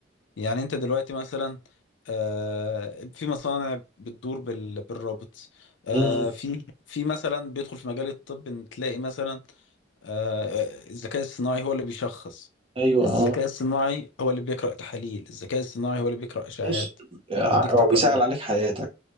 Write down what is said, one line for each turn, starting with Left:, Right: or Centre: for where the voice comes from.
Left: يعني انت دلوقتي مثلا آه، في مصانع بتدور بال- بالروبوتس آه،
Right: مم.
Left: في في مثلا بيدخل في مجال الطب ان تلاقي مثلا آه، آه، الذكاء الصناعي هو اللي بيشخص
Right: أيوه
Left: الذكاء
Right: أه
Left: الصناعي هو اللي بيقرأ تحاليل الذكاء الصناعي هو اللي بيقرأ اشعاعات
Right: بص آه،
Left: ويديك
Right: هو
Left: تقارير
Right: بيسهل عليك حياتك